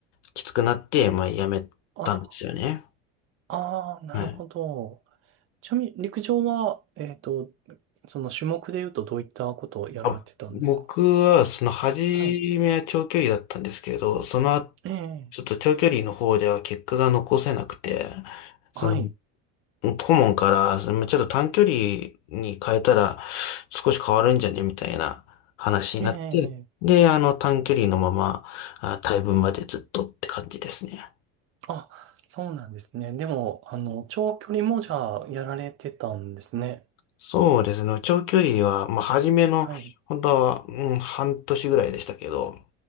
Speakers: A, on the left; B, on the right.
A: きつくなって、まあやめたんですよね。
B: あ、ああ、なるほど。
A: はい。
B: ちなみに、陸上は、えっと、その種目で言うとどういったことをやられてたんですか
A: あ、僕はその初
B: はい。
A: めは長距離だったんですけど、その後、
B: ええ、
A: ちょっと長距離の方では結果が残せなくて、その
B: はい。
A: 顧問から、ちょっと短距離に変えたら少し変わるんじゃねみたいな話になって、
B: ええ、
A: で、あの短距離のまま、あ、大分までずっとって感じですね。
B: あ、そうなんですね。でも、あの、長距離もじゃあ、やられてたんですね。
A: そうですね。長距離は、まあ、初めの、
B: はい。
A: 本当は、うん、半年ぐらいでしたけど、